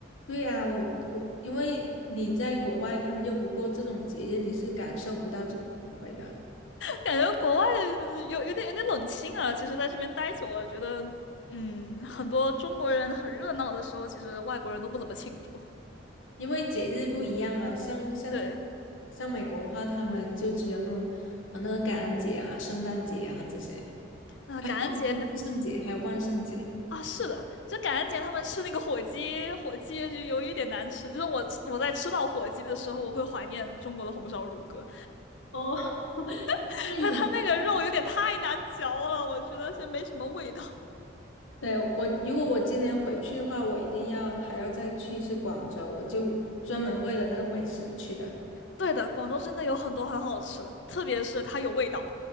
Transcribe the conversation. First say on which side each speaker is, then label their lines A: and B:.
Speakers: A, on the left; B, on the left.
A: 对呀，我我因为你在国外，他们就不过这种节日，你是感受不到这种氛围的，
B: 感觉国外呃有有点有点冷清啊。其实在这边待久了，觉得嗯，很多中国人很热闹的时候，其实外国人都不怎么庆祝。
A: 因为节日不一样嘛。像像
B: 对，
A: 像美国的话，他们就只有那种啊那个感恩节啊、圣诞节啊这些，
B: 那感恩节
A: 还有哦，还有万圣节，还有万圣节。
B: 啊，是的，就感恩节他们吃那个火鸡，火鸡就有一点难吃。就是我吃我在吃到火鸡的时候，我会怀念中国的红烧乳鸽，
A: 哦，<laughs>
B: <laughs>
A: 因为你们
B: 但它那个肉有点太难嚼了，我觉得是没什么味道。
A: 对，我，如果我今年回去的话，我一定要还要再去一次广州，我就专门为了那个美食去的。
B: 对的，广州真的有很多很好吃的，特别是它有味道，